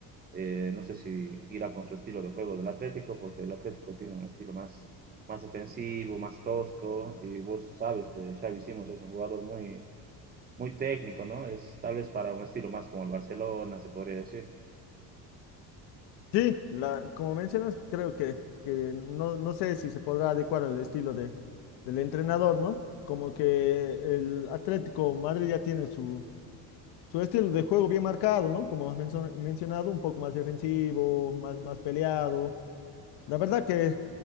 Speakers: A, on the right; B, on the left.
A: eh, no sé si irá con su estilo de juego del Atlético, porque el Atlético tiene un estilo más, más defensivo, más tosco, y vos sabes que Xavi Simons es un jugador muy, muy técnico, ¿no? Es tal vez para un estilo más como el Barcelona, se podría decir.
B: sí, la, como mencionas, creo que, que no, no sé si se podrá adecuar al estilo de, del entrenador, ¿no? Como que el Atlético Madrid ya tiene su, su estilo de juego bien marcado, ¿no? Como has menso- mencionado, un poco más defensivo, más, más peleado La verdad que